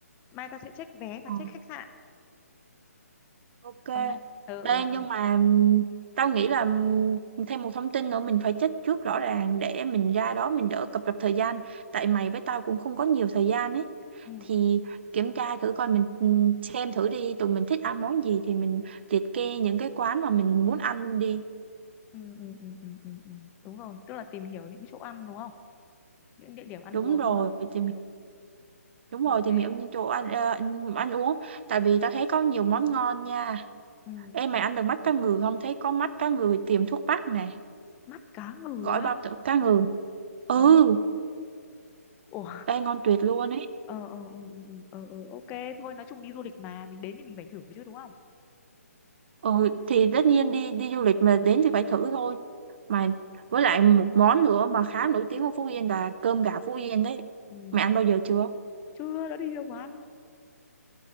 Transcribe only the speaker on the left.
mai tao sẽ check vé và
check khách sạn
còn mày ừ
ừ
ừ
ừ
ừ ừ ừ ừ ừ ừ. đúng rồi tức là tìm hiểu những chỗ ăn đúng không những địa điểm ăn
uống
đúng không
ừ,
ok
ừ.
mắt cá ngừ
á
à. Ủa,
ờ ờ ờ ừ, ừ, ừ, ờ ờ, ok thôi nói chung đi du lịch mà mình đến thì mình phải thử chứ đúng không
ừ.
chưa đã đi đâu mà ăn